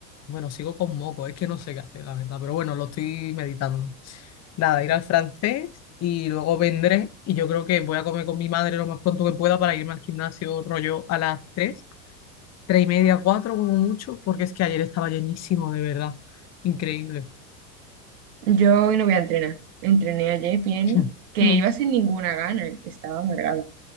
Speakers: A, on the left; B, on the right.
A: bueno, sigo con moco, es que no sé qué hacer, la verdad, pero bueno, lo estoy meditando. Nada, ir al francés y luego vendré y yo creo que voy a comer con mi madre lo más pronto que pueda para irme al gimnasio rollo a las tres Tres y media, cuatro como mucho, porque es que ayer estaba llenísimo, de verdad. Increíble.
B: Yo hoy no voy a entrenar. Entrené ayer pierna,
A: <laughs>
B: que
A: Mm.
B: iba sin ninguna gana, y estaba amargada.